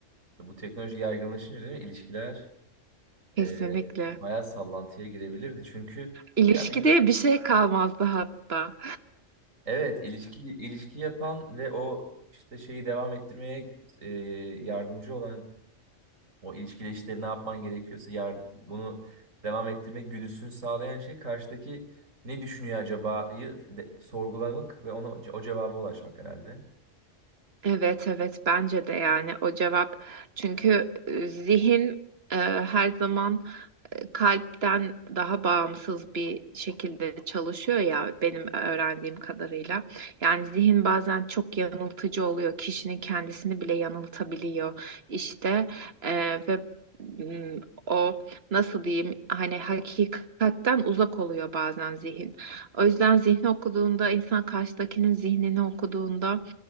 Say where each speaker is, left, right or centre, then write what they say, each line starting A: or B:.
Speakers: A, on the right; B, on the right.
A: Bu teknoloji yaygınlaşınca değil mi? ilişkiler
B: Kesinlikle.
A: e, bayağı sallantıya girebilirdi. Çünkü
B: İlişkide
A: ya bir
B: bir şey kalmazdı hatta.
A: Evet, ilişki ilişki yapan ve o işte şeyi devam ettirmeye e, yardımcı olan o ilişkide işte ne yapman gerekiyorsa yar- bunu devam ettirme güdüsünü sağlayan şey karşıdaki ne düşünüyor acaba'yı de- sorgulamak ve ona o cevaba ulaşmak herhalde.
B: Evet evet bence de yani o cevap. Çünkü e, zihin e, her zaman kalpten daha bağımsız bir şekilde çalışıyor ya benim öğrendiğim kadarıyla. Yani zihin bazen çok yanıltıcı oluyor. Kişinin kendisini bile yanıltabiliyor işte Ee, ve mm, o nasıl diyeyim hani hakikatten uzak oluyor bazen zihin. O yüzden zihni okuduğunda insan karşıdakinin zihnini okuduğunda